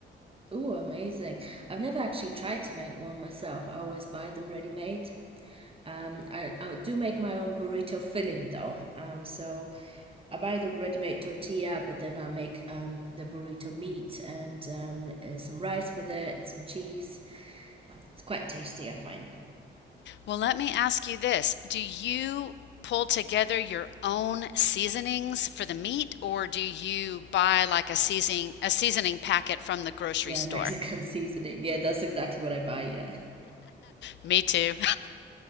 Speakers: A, on the right; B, on the left.
A: Ooh, amazing. I've never actually tried to make one myself. I always buy them ready-made. Um, I, I do make my own burrito filling though. Um, so I buy the ready-made tortilla, but then I make um, the burrito meat and um, uh, some rice with it and some cheese. It's quite tasty, I find.
B: Well, let me ask you this. Do you pull together your own seasonings for the meat, or do you buy like a seasoning a seasoning packet from the grocery
A: Yeah,
B: store?
A: Mexican <laughs> seasoning. Yeah, that's exactly what I buy. Yeah.
B: Me too.